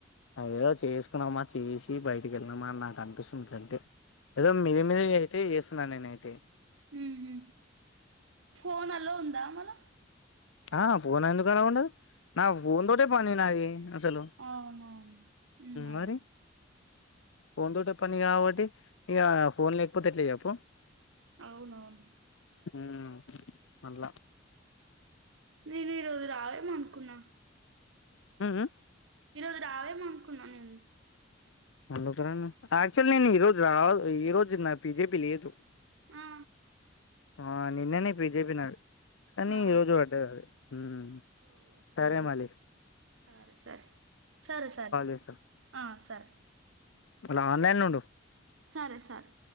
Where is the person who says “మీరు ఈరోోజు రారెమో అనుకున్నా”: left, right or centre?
Right